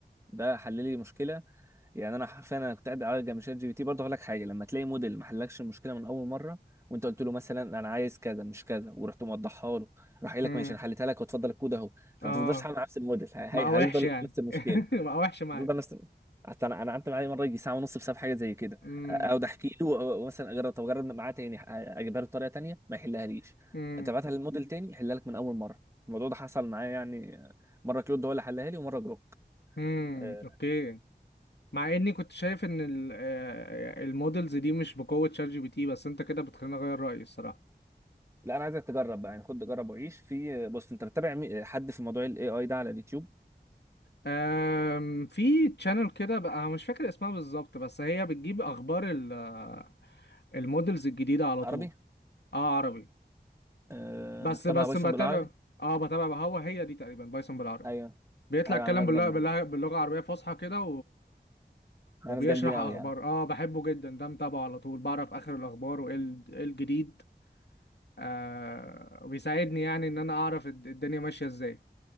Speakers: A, on the right (about 15°); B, on the left (about 80°).
A: ده حل لي مشكله يعني انا حرفيا انا كنت قاعد على جنب شات جي بي تي برضه هقول لك حاجه لما تلاقي موديل ما حلكش المشكله من اول مره وانت قلت له مثلا انا عايز كذا مش كذا ورحت موضحها له راح قايل
B: مم.
A: لك ماشي انا حليتها لك وتفضل الكود اهو فما
B: اه
A: تفضلش تحل مع نفس الموديل هي-
B: مع
A: هي-
B: وحش
A: هيفضل
B: يعني
A: نفس المشكله
B: <laughs> مع وحش معايا
A: بتفضل نفس حتى انا انا قعدت معايا مره يجي ساعه ونص بسبب حاجه زي كده
B: امم
A: اقعد احكي له أو- مثلا اجرب طب اجرب معاه تاني أ- اجيبها له بطريقه تانيه ما يحلها ليش
B: امم
A: تبعتها للموديل تاني يحلها لك من اول مره الموضوع ده حصل معايا يعني مره كلود هو اللي حلها لي ومره جروك
B: امم
A: أه،
B: اوكي مع اني كنت شايف ان ال- آه، المودلز دي مش بقوة شات جي بي تي بس انت كده بتخليني اغير رأيي الصراحة
A: لا انا عايزك تجرب بقى يعني خد جرب وعيش في بص انت بتتابع مي- حد في موضوع الاي اي ده على اليوتيوب
B: أم في تشانل كده بقى أنا مش فاكر اسمها بالظبط بس هي بتجيب اخبار ال- آه، المودلز الجديدة على
A: عربي
B: طول اه عربي
A: أه،
B: بس
A: مجتمع
B: بس
A: بايثون
B: بتابع
A: بالعربي
B: اه بتابع بقى، هو هي دي تقريبا بايثون بالعربي
A: ايوه
B: بيطلع
A: ايوه
B: يتكلم
A: عم ناس
B: باللغة
A: جامدين
B: باللغة باللغة العربية فصحى كده
A: ناس
B: وبيشرح
A: جامدين قوي
B: اخبار
A: يعني
B: اه بحبه جدا ده متابعه على طول بعرف اخر الاخبار وايه ال- إيه الجديد آه وبيساعدني يعني ان انا اعرف الد- الدنيا ماشيه ازاي